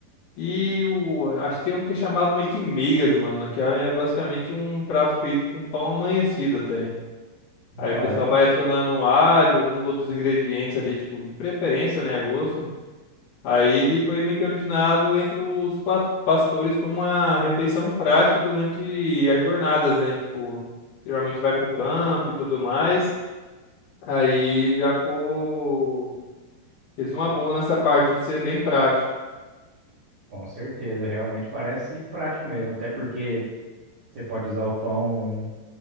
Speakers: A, on the left (about 65°); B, on the right (about 40°).
A: E o, acho que tem um que é chamado meio que migas, mano, que é basicamente um prato feito com pão amanhecido até. Aí
B: Ah,
A: o pessoal
B: é?
A: vai adicionando um alho, alguns outros ingredientes ali, tipo, de preferência, né, a gosto. Aí ele foi meio que originado entre os pat- pastores como uma refeição prática durante as jornadas, né? Tipo, geralmente vai pro campo e tudo mais. Aí já ficou... Fez uma boa nessa parte de ser bem prático,
B: Com certeza, realmente parece prático mesmo, até porque você pode usar o pão,